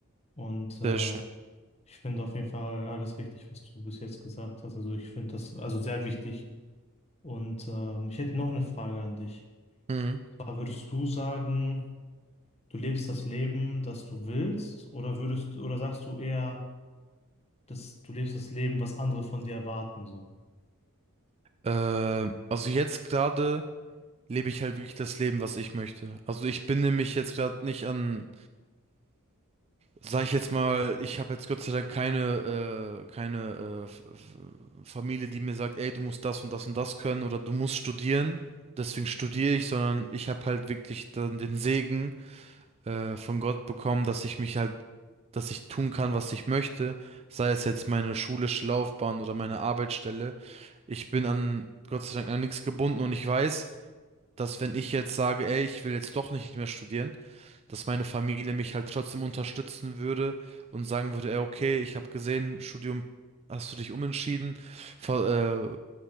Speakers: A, on the left (about 30°); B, on the right (about 25°).
A: Und äh,
B: Sehr schön.
A: ich finde auf jeden Fall alles richtig, was du bis jetzt gesagt hast. Also ich finde das also sehr wichtig. Und ähm, ich hätte noch eine Frage an dich.
B: Mhm.
A: Zwar würdest du sagen, Du lebst das Leben, das du willst, oder würdest, oder sagst du eher, dass du lebst das Leben, was andere von dir erwarten, so?
B: Ähm, also jetzt gerade lebe ich halt wirklich das Leben, was ich möchte. Also ich binde mich jetzt gerade nicht an Sag ich jetzt mal, ich habe jetzt Gott sei Dank keine, äh, keine äh, F- F- Familie, die mir sagt, ey, du musst das und das und das können oder du musst studieren. Deswegen studiere ich, sondern ich habe halt wirklich dann den Segen äh, von Gott bekommen, dass ich mich halt, dass ich tun kann, was ich möchte, sei es jetzt meine schulische Laufbahn oder meine Arbeitsstelle. Ich bin an Gott sei Dank an nichts gebunden und ich weiß, dass wenn ich jetzt sage, ey, ich will jetzt doch nicht mehr studieren, dass meine Familie mich halt trotzdem unterstützen würde und sagen würde, ey, okay, ich habe gesehen, Studium hast du dich umentschieden, ver- äh,